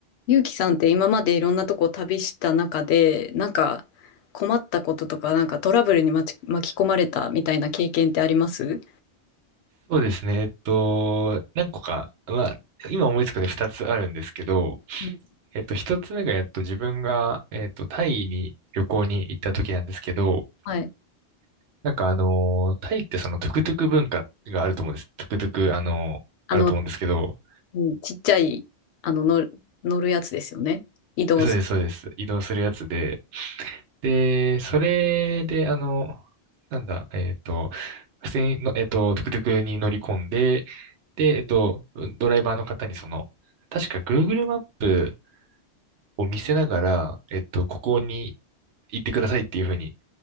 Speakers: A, on the left; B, on the right.
A: ゆうきさんって今までいろんなとこ旅した中で、なんか困ったこととか、なんかトラブルに巻き、巻き込まれたみたいな経験ってあります
B: そうですね。えっと、何個か、まあ、今思いつくので2つあるんですけど、
A: うん
B: えっと、1つ目が、えっと、自分が、えっと、タイに旅行に行った時なんですけど、
A: はい。
B: なんかあの、タイってそのトゥクトゥク文化があると思うんです。トゥクトゥク、あの、
A: あの、
B: あると思うんですけど、
A: うん、ちっちゃい、あの、乗る、乗るやつですよね。移動する。
B: そうです、そうです。移動するやつで、で、それで、あの、なんだ、えっと、普通にの、えっと、トゥクトゥクに乗り込んで、で、えっと、ドライバーの方にその、確か Google マップを見せながら、えっと、ここに行ってくださいっていうふうに